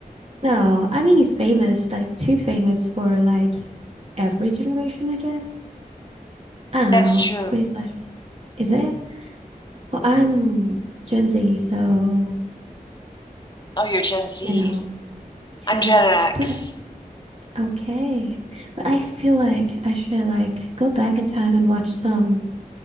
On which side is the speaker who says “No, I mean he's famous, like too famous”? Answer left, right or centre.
Right